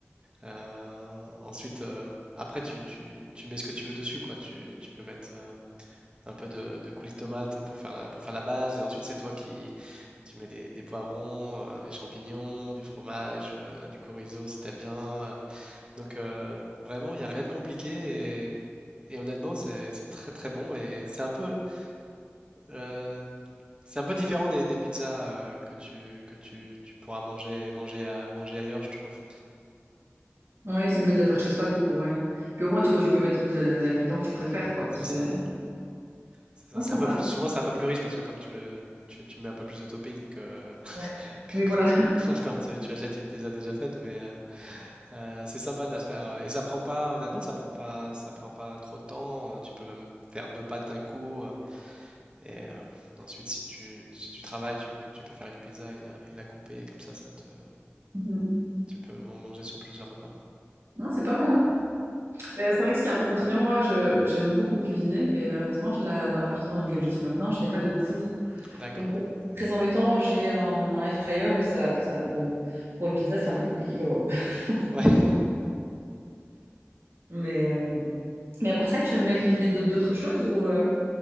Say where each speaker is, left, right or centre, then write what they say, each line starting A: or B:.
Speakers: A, on the right; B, on the right.
A: Euh, ensuite, euh, après, tu, tu- tu mets ce que tu veux dessus, quoi. Tu, tu peux mettre euh, un peu de, de coulis de tomate pour faire la, pour faire la base. Et ensuite, c'est toi qui tu mets des, des poivrons, euh, des champignons, du fromage, euh, du chorizo si t'aimes bien. euh. Donc, euh, vraiment, il n'y a rien de compliqué. Et, et honnêtement, c'est, c'est très très bon. Et c'est un peu, euh, c'est un peu différent des, des pizzas euh, que tu, que tu, tu pourras manger, manger, à, manger ailleurs, je trouve.
B: Oui, c'est mieux de le faire chez soi, du coup, ouais. Puis au moins, tu, tu peux mettre tous les, les ingrédients que tu préfères, quoi.
A: C'est
B: C'est
A: ça. C'est ça,
B: ouais,
A: c'est
B: sympa.
A: un peu plus, souvent c'est un peu plus riche parce que comme tu le, tu, tu mets un peu plus de topping que, <laughs>
B: Ouais.
A: que
B: Oui,
A: quand
B: voilà.
A: tu, <laughs> quand tu, tu achètes une pizza déjà faite, mais euh, euh, c'est sympa de la faire. euh, Et ça prend pas, honnêtement, ça prend pas, ça prend pas trop de temps. euh, Tu peux même faire deux pâtes d'un coup. euh, Et euh, ensuite, si tu, si tu travailles, tu, tu peux faire une pizza et la, et la couper. Et comme ça, ça te,
B: Mhm.
A: tu peux en manger sur plusieurs repas.
B: Non, c'est pas mal, hein. Mais c'est vrai que ce qui est un peu contraignant, moi, je, j'aime beaucoup cuisiner, mais malheureusement, je, la- dans l'appartement dans lequel je suis maintenant, je n'ai pas de four.
A: D'accord.
B: Donc, c'est très embêtant, j'ai un, un air fryer, mais ça, ça, bon, pour une pizza, c'est un peu compliqué, quoi. <laughs>
A: Ouais. <laughs>
B: Compliqué. Mais, euh, mais à part ça, tu aimes bien cuisiner d'aut- d'autres choses ou... euh,